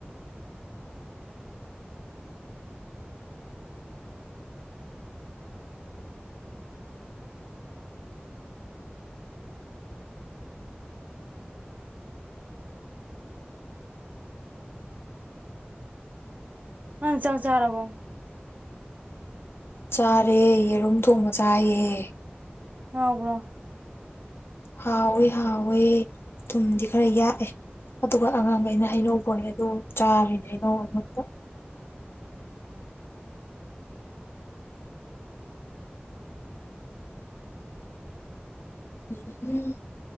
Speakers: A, on the right; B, on the left.
A: ꯄꯪ ꯆ ꯆꯥꯔꯔꯕꯣ
B: ꯆꯥꯔꯦ ꯌꯦꯔꯨꯝ ꯊꯣꯡꯕ ꯆꯥꯏꯌꯦ
A: ꯍꯕ꯭ꯔꯣ
B: ꯍꯥꯎꯋꯦ ꯍꯥꯎꯋꯦ ꯊꯨꯝꯗꯤ ꯈꯔ ꯌꯥꯛꯑꯦ ꯑꯗꯨꯒ ꯑꯉꯥꯡꯈꯩꯅ ꯍꯩꯅꯧ ꯐꯣꯜꯂꯤ ꯑꯗꯨ ꯆꯥꯔꯤꯅꯦ ꯍꯩꯅꯧ ꯑꯉꯗ ꯎꯝ ꯎꯝ